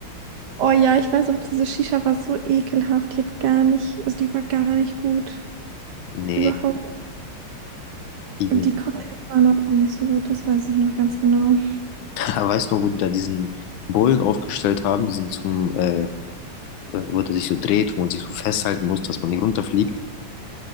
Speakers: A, on the right; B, on the left.
A: Oh ja, ich weiß auch, diese Shisha war so ekelhaft. Die hat gar nicht, also die war gar nicht gut.
B: Nee,
A: Überhaupt.
B: irgendwie
A: Und die Cocktails
B: nicht.
A: waren halt auch nicht so gut, das weiß ich noch ganz genau.
B: <laughs> Weißt du noch, wo die da diesen Bullen aufgestellt haben, diesen zum, äh, äh, wo der sich so dreht, wo man sich so festhalten muss, dass man nicht runterfliegt?